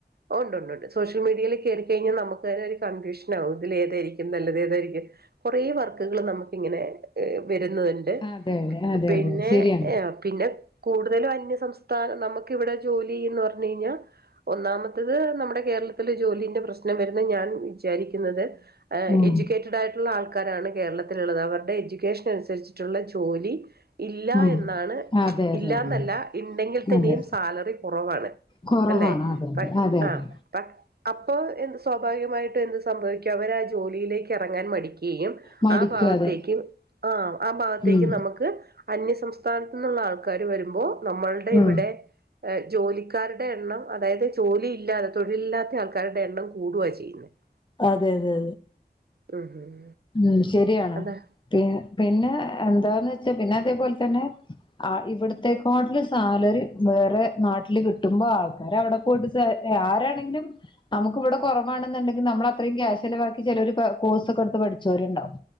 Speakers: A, on the right; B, on the left.
A: ഓഹ് ഒണ്ട് ഒണ്ട് സോഷ്യൽ മീഡിയയിൽ കേറികഴിഞ്ഞാൽ നമുക്ക് തന്നെ ഒരു കൺഫ്യൂഷനാകും ഇതിൽ ഏതായിരിക്കും നല്ലത് ഏതായിരിക്കും- കുറെ വർക്കുകൾ നമുക്കിങ്ങനെ വരുന്നതുണ്ട്
B: അതെ അതെ അതെ
A: പിന്നെ-
B: അതെ ശരിയാണ്
A: പിന്നെ കൂടുതലും അന്യസംസ്ഥാനം നമുക്ക് ഇവിടെ ജോലി ചെയ്യുന്നെന്ന് പറഞ്ഞു കഴിഞ്ഞാൽ- ഒന്നാമത്തത് നമ്മുടെ കേരളത്തിൽ ജോലിന്റെ പ്രശ്നം വരുന്ന് ഞാൻ- വിചാരിക്കുന്നത്
B: ഉം
A: എഡ്യൂക്കേറ്റഡ് ആയിട്ടുള്ള ആൾക്കാരാണ് കേരളത്തിലുള്ളത് അവരുടെ- എഡ്യൂക്കേഷൻ അനുസരിച്ചിട്ടുള്ള ജോലി- ഇല്ല
B: ഉം
A: എന്നാണ്
B: അതെ അതെ
A: ഇല്ലാന്നല്ല
B: അതെ
A: ഇണ്ടെങ്കിൽ തന്നെയും
B: അതെ
A: സാലറി കുറവാണ്
B: കുറവാണ്
A: അല്ലെ
B: അതെ അതെ
A: ബട്ട്‌
B: അതെ അതെ
A: ആഹ അപ്പൊ എന്ത്‌ സ്വാഭാവികമായിട്ടും എന്ത് സംഭവിക്കും അവരാ ആ ജോലിയിലേക്ക് ഇറങ്ങാൻ മടിക്കുകയും-
B: മടിക്കും
A: ആ ഭാഗത്തേക്ക്
B: അതെ
A: ആഹ ആ ഭാഗത്തേക്ക്
B: ഉം
A: നമുക്ക്- അന്യ സംസ്ഥാനത്ത് നിന്നുള്ള ആൾക്കാര് വരുമ്പോ നമ്മളുടെ
B: ഉം
A: ഇവിടെ- ജോലിക്കാരുടെ എണ്ണം അതായത് ജോലിയില്ലാതെ തൊഴിലില്ലാത്ത ആൾക്കാരുടെ എണ്ണം കൂടുവാ ചെയ്യുന്നത്. <inaudible>
B: ആഹ് അതെ അതെ അതെ
A: ഉം ഉം
B: ഉം ശരിയാണ്
A: അതെ
B: പി പിന്നെ എന്താന്ന് വെച്ചാ പിന്നെ അതേപോലെ തന്നെ- ആ ഇവിടുത്തേക്കാട്ടില് സാലറി വേറെ നാട്ടില് കിട്ടുമ്പോ ആൾക്കാര് അവിടെ പോയിട്ട- ആരാണെങ്കിലും- നമുക്ക് ഇവിടെ കൊറവാണുണ്ടെങ്കിൽ നമ്മള് അത്രയും ക്യാഷ് ചെലവാക്കി ചെലരു കോഴ്സൊക്കെ എടുത്ത് പഠിച്ചു- ച്ചോര് യുണ്ടാവും